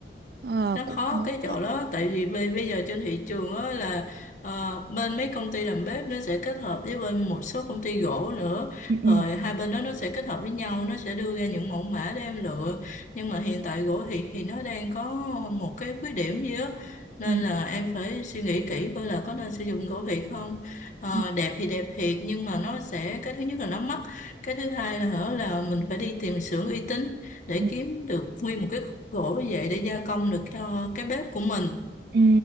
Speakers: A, on the right (about 55°); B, on the left (about 45°).
A: Ờ,
B: nó
A: cũng
B: khó
A: khó. Đúng
B: cái chỗ đó tại vì bây bây giờ trên thị trường á là ờ, bên mấy công ty làm bếp nó sẽ kết hợp với bên một số công ty gỗ nữa
A: ừ,
B: rồi hai bên đó nó sẽ kết hợp với nhau nó sẽ đưa ra những mẫu mã để em lựa nhưng mà hiện tại gỗ thì thì nó đang có một cái khuyết điểm gì á nên
A: ừ,
B: là em phải suy nghĩ kỹ coi là có nên sử dụng gỗ thiệt không Ờ,
A: ừ,
B: đẹp thì đẹp thiệt nhưng mà nó sẽ cái thứ nhất là nó mắc cái thứ hai là hở là mình phải đi tìm xưởng uy tín để
A: ừ,
B: kiếm được nguyên một cái khúc gỗ như vậy để gia công được cho cái bếp của mình
A: ừ,